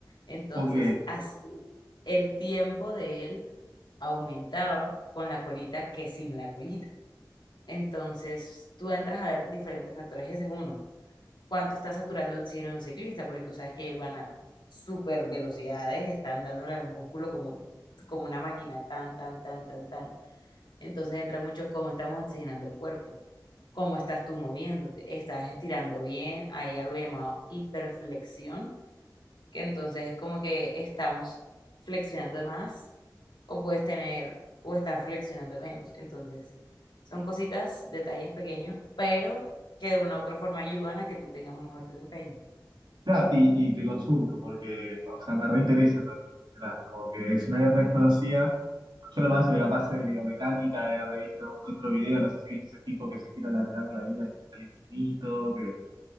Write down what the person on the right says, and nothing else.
Ok.
Claro, y, y te consulto porque, o sea, me reinteresa todo. esto, ¿verdad? Como que es una guerra desconocida. Yo lo más capaz de biomecánica, he revisto algún que otro video, no sé si viste ese tipo que se quiere alargar la vida hasta el infinito, que